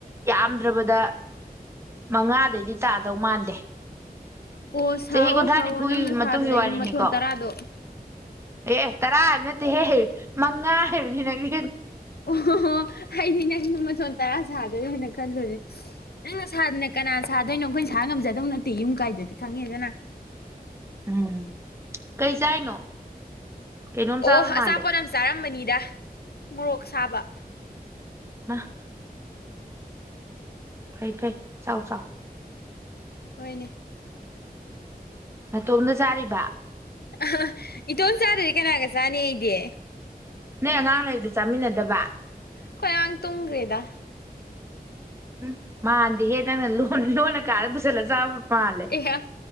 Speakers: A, on the right; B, on the left.
A: ꯌꯥꯝꯗ꯭ꯔꯕꯗ ꯃꯉꯥꯗꯩꯗꯤ ꯇꯥꯗꯧ ꯃꯥꯟꯗꯦ
B: ꯑꯣ ꯁꯥꯋꯣ
A: ꯆꯍꯤ ꯀꯨꯟꯊ꯭ꯔꯥ
B: ꯁꯥꯋꯣ
A: ꯅꯤꯐꯨꯒꯤ
B: ꯅꯪꯅ ꯁꯥꯗꯅ
A: ꯃꯇꯨꯡꯒꯤ
B: ꯌꯨꯝ
A: ꯋꯥꯔꯤꯅꯤꯀꯣ
B: ꯃꯊꯣꯟ ꯇꯔꯥꯗꯣ
A: ꯑꯦ-ꯑꯦ ꯇꯥꯔꯥ ꯍꯥꯏꯕ ꯅꯠꯇꯦꯍꯦ ꯃꯪꯉꯥ ꯍꯥꯏꯕꯅꯤ ꯅꯪꯖꯨ
B: ꯑꯣ-ꯍꯣ-ꯍꯣ ꯑꯩꯗꯤ ꯅꯪ ꯌꯨꯝ ꯃꯊꯣꯟ ꯇꯥꯔꯥ ꯁꯥꯗꯣꯏ ꯑꯣꯏꯅ ꯈꯜꯂꯨꯔꯦ ꯁ ꯅꯪꯅ ꯁꯥꯗꯥꯅ ꯀꯅꯥꯅ ꯁꯥꯗꯣꯏꯅꯣ ꯑꯩꯈꯣꯏꯅ ꯁꯥ ꯉꯝꯖꯗꯣ ꯅꯠꯇꯦ ꯌꯨꯝꯀꯥꯏꯗꯨꯗꯤ ꯈꯪꯉꯦꯗꯅ
A: ꯎꯝ ꯀꯩ ꯆꯥꯏꯅꯣ ꯀꯩꯅꯣꯝ
B: ꯑꯣ
A: ꯆꯥꯕ ꯃꯥꯜꯂꯦ
B: ꯑꯆꯥꯄꯣꯠ ꯑꯝ ꯆꯥꯔꯝꯃꯅꯤ ꯗ ꯃꯣꯔꯣꯛ ꯁꯥꯕ
A: ꯏꯃꯥ ꯐꯩ-ꯐꯩ ꯆꯥꯎ-ꯆꯥꯎ
B: ꯍꯣꯏꯅꯦ
A: ꯅꯇꯣꯝꯗ ꯆꯥꯔꯤꯕ
B: ꯑꯍ-ꯏꯇꯣꯝ ꯆꯥꯗ꯭ꯔꯗꯤ ꯀꯅꯥꯒꯥ ꯆꯥꯅꯤ ꯑꯩꯗꯤ
A: ꯅꯣꯏ ꯑꯉꯥꯡ ꯂꯩꯔꯤꯗꯨ ꯆꯥꯃꯤꯟꯅꯗꯕ
B: ꯑꯈꯣꯏ ꯑꯉꯥꯡ ꯇꯨꯝꯒ꯭ꯔꯦꯗ
A: ꯎꯍ-ꯃꯥꯟꯗꯦꯍꯦ ꯅꯪꯅ ꯂꯣꯟ-ꯂꯣꯟꯅ ꯀꯥꯗꯥ ꯄꯨꯖꯤꯜꯂ ꯆꯥꯕ ꯃꯥꯜꯂꯦ
B: ꯑꯍꯥ